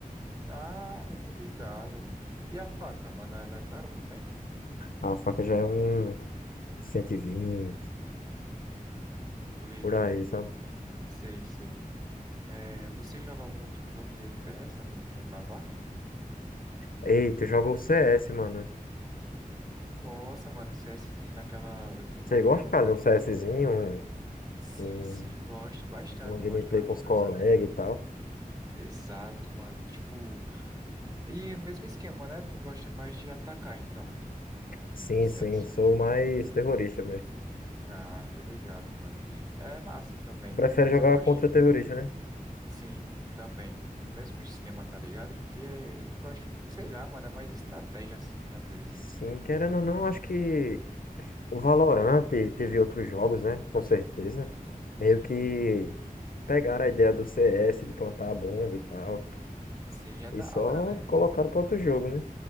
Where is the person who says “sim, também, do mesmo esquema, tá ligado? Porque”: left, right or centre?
Right